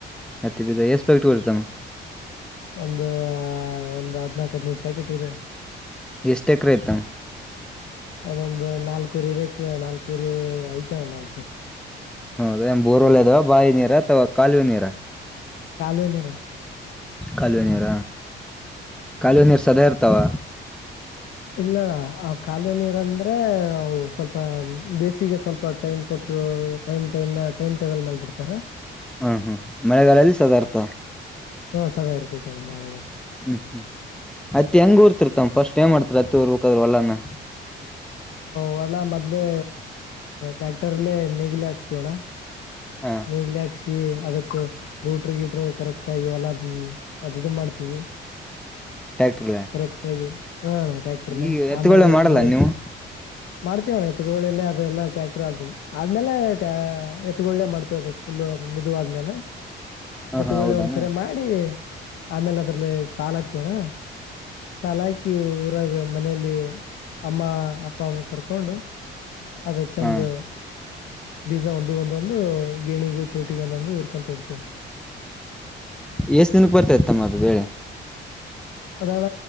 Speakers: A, in the centre; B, on the left.
A: ಅತ್ತ ಬ ಎಕ್ಸ್ಪೆಕ್ಟ್ ಕೊತಮ್ಮ
B: ಒಂದ ಒಂದ್ ಹದ್ನಾಕ್ ಹದಿನೈದ್ ಪ್ಯಾಕೆಟ್ ಇವ್ರಿ
A: ಎಷ್ಟ ಎಕರೆ ಐತಮ್ಮ
B: ಒದೊಂದು ನಲ್ಕುರಿರಿ ನಾಲ್ಕೂವರೆ ಆಯ್ತ ನಾಲ್ಕೂವರೆ.
A: ಹೌದ ಬೋರವೆಲ್ ಇದಾವ ಬಾವಿ ನೀರ ಅಥವಾ ಕಾಲುವೆ ನೀರ.
B: ಕಲ್ವೆ ನೀರು.
A: ಕಾಲ್ವೆ ನೀರ. ಕಾಲುವೆ ನೀರ್ ಸದಾ ಇರ್ತಾವ.
B: ಇಲ್ಲಣ ಅವ ಕಾಲುವೆ ನೀರ ಅಂದ್ರೆ ಅವು ಸ್ವಲ್ಪ ಬೇಸಿಗೆ ಸ್ವಲ್ಪ ಟೈಮ್ ಕೊಟ್ಟು ಟೈಮ್ ಟೈಮ್ ಟೈಮ್ ಟೇಬಲ್ ಮೇಲ್ ಬಿಡ್ತಾರ.
A: ಹಾ ಹ್ಮ್ ಮಳೆಗಾಲದಲ್ಲಿ ಸದಾ ಇರ್ಥವ.
B: ಹಾ ಸದಾ ಇರ್ತೈತ ನಮ್ಮೇಗಲ್ಲ.
A: ಹ್ಮ್ ಹ್ಮ್ ಅತ್ತ ಹೆಂಗ ತೂರ್ತಿರ್ತವ ಫಸ್ಟ್ ಟೈಮ್ ಮಾಡ್ತರ್ ಅತ್ತಿ ಊರ್ ಹಕದ್ರು ಹೂಲನ.
B: ಹೊಲಾ ಮದ್ಲೇ ಟ್ಯಾಕ್ಟರ್ಲ್ಲೇ ನೇಗಿಲೆ ಹಾಕ್ಸ್ತವಣ್ಣ.
A: ಹಾ
B: ನೆಗ್ಲಿಹಾಕ್ಸಿ. ಅದಕ್ ಕೂಟ್ರ ಗೀಟ್ರು ಕರೆಕ್ಟ್ ಆಗಿ ಹೊಲ ಅ ಇದು ಮಾಡ್ತೀವಿ.
A: ಟ್ಯಾಕ್ಟರ್ಲೆ
B: ಕರೆಕ್ಟಾಗಿ. ಹ ಟ್ಯಾಕ್ಟ್ರಲ್ಲಿ
A: ಈ ಎತ್ತುಗಳೇ
B: ಆಮೇಲೆ ಎತ್ಗಳು.
A: ಮಾಡಲ್ಲ ನೀವು
B: ಮಾಡ್ತೇವಣ್ಣ ಎತ್ಗೊಳೆ ಅದೆಲ್ಲ ಟ್ಯಾಕ್ಟರ್ ಆದ ಆದ್ಮೇಲೆ ಎತ್ಗೊಳೆ ಮಾಡ್ತೇವ ಫುಲ್ ಮಿದುವ ಆದ್ಮೇಲೆ.
A: ಹ
B: ಎತ್ಗೊಳ್ಳೆ
A: ಹಾ ಹೌದಾನ
B: ಒಂದ್ಸರಿ ಮಾಡಿ. ಆಮೇಲೆ ಅದ್ರಲ್ಲಿ ಸಾಲ ಹಾಕ್ತೇವಣ ಸಾಲ ಹಾಕಿ ಊರಾಗ ಮನಲಿ ಅಮ್ಮ ಅಪ್ಪ. ಅಪ್ಪಾಮ ಕರ್ಕೊಂಡು. ಅದ ಚೆಂದು.
A: ಹಾ
B: ಬೀಜ ಒಂದು ಒಂದೊಂದು ಗೇಣಿಗ. ಚೋಟಿಗ ನನ್ನು ಹುರ್ಕೊಂಡ್ ತಿಂತೀಯಾ.
A: ಎಷ್ಟ ದಿನಕ್ಕೆ ಬರ್ತ ಇತ್ತಮ್ಮದು ಬೇಳೆ.
B: ಅದಣ